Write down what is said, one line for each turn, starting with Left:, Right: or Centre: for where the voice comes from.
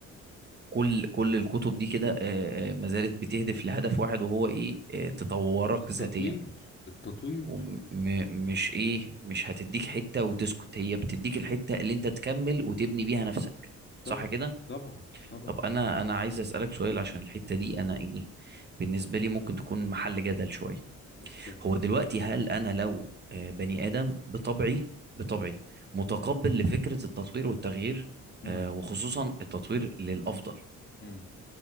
Right: كل كل الكتب دي كده آه، آه، ما زالت بتهدف لهدف واحد وهو ايه آه، تطورك
Left: التطوير
Right: ذاتيا
Left: التطوير
Right: ومش ايه مش هتديك حته وتسكت هي بتديك الحته اللي انت تكمل وتبني بيها نفسك
Left: طبعا
Right: صح كده
Left: طبعا طبعا
Right: طب انا انا عايز اسالك سؤال عشان الحته دي انا ايه بالنسبه لي ممكن تكون محل جدل شويه
Left: اتفضل
Right: هو دلوقتي هل انا لو آه، بني ادم بطبعي بطبعي متقبل لفكره التطوير والتغيير
Left: مم.
Right: آه، وخصوصا التطوير للافضل
Left: مم.